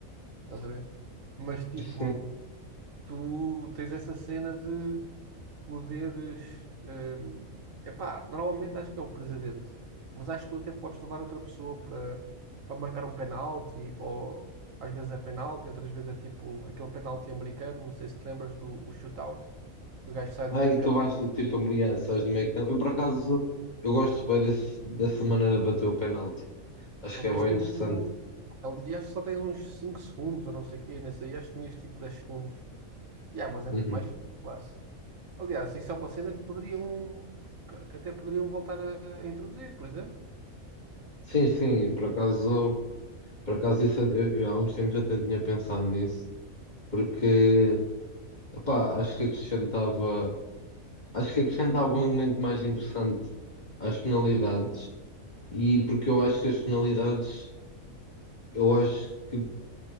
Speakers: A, on the right (about 70°); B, on the left (about 30°).
A: estás a ver? Mas tipo,
B: Sim.
A: tu tens essa cena de. poderes. hum, epá, normalmente acho que é o presidente, mas acho que tu até podes levar outra pessoa para, para marcar um penalti, ou às vezes é penalti, outras vezes é tipo aquele penalti americano, não sei se te lembras do o shootout, que o gajo sai do
B: Ai,
A: meio
B: tu
A: campo.
B: vais tipo apoiar, sabes no meio que Eu por acaso eu gosto bem desse, dessa maneira de bater o penalti. Acho
A: Só
B: que
A: tens
B: é bem
A: tipo.
B: interessante.
A: Ali acho que só tens uns 5 segundos, ou não sei o quê, nesse aí acho que tinhas tipo 10 segundos. Yeah, mas é
B: Uhum.
A: muito mais fixe, claro. Aliás, isso é uma cena que poderiam. que que até poderiam voltar a a introduzir, por exemplo.
B: Sim, sim, por acaso. Por acaso, isso, eu, eu há uns tempos até tinha pensado nisso, porque, epá, acho que acrescentava, acho que acrescentava um elemento mais interessante às penalidades, e porque eu acho que as penalidades, eu acho que